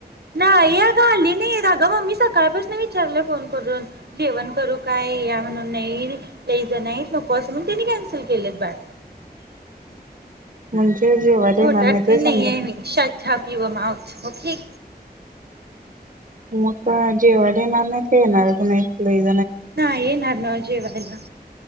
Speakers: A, on the right; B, on the right.
A: नाही अग आली नाही अग मम्मी सकाळपसन विचाराल्या फोन करून जेवण करू काय? या म्हणून नाही लय जण हायत नको असं म्हणून त्यांनी कॅन्सल केलेत बाळ
B: म्हणजे? जेवायला येणार
A: खोटारडी
B: नाहीत व्हय संध्या
A: नाहीये मी? शट आप युअर माऊथ होकी
B: मग काय, जेवायला येणार नाहीत, का येणारच नाहीत माहीत नाही.
A: नाई, येणार न्हव जेवायला.